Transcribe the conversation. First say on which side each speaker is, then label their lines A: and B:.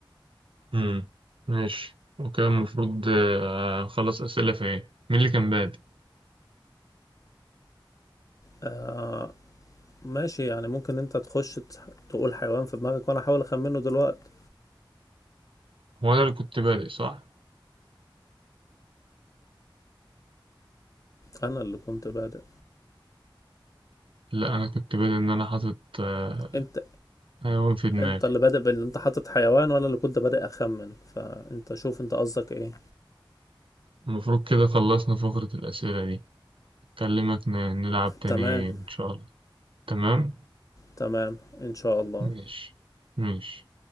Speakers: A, on the right; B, on the left.
A: امم ماشي وكده المفروض آه، أخلص أسئلة في إيه مين اللي كان بادئ
B: آه ماشي يعني ممكن انت تخش تح- تقول حيوان في دماغك وانا احاول اخمنه دلوقتي
A: هو أنا اللي كنت بادئ صح
B: انا اللي كنت بادئ
A: لا أنا كنت بادئ إن أنا حاطط آه،
B: انت
A: حيوان في دماغي
B: انت اللي بادئ بان انت حاطط حيوان وانا اللي كنت بادئ اخمن فانت شوف انت قصدك ايه
A: المفروض كده خلصنا فقرة الأسئلة دي أكلمك ن- نلعب تاني
B: تمام
A: إن شاء الله تمام
B: تمام ان شاء الله
A: ماشي ماشي